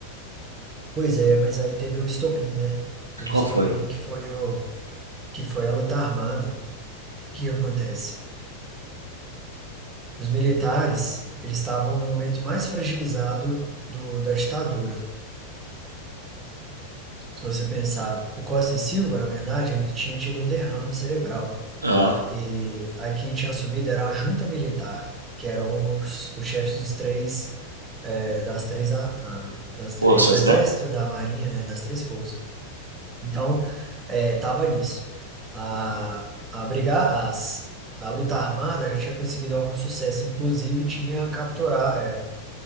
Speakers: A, on the right; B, on the right.
A: Pois é, mas aí teve o estopim, né? Teve
B: Qual
A: o estopim
B: que foi?
A: que foi o que foi a luta armada. O que que acontece? Os militares, eles estavam no momento mais fragilizado do, da ditadura. Se você pensar, o Costa e Silva, na verdade, ele tinha tido um derrame cerebral.
B: Ah,
A: E aí quem tinha assumido era a junta militar, que eram os, os chefes dos três, eh, das três, a- a- das
B: forças,
A: três, do exército,
B: né?
A: da marinha, eh, das três forças. Então, estava nisso. A, a brigar, as, a luta armada já tinha conseguido algum sucesso, inclusive tinha capturar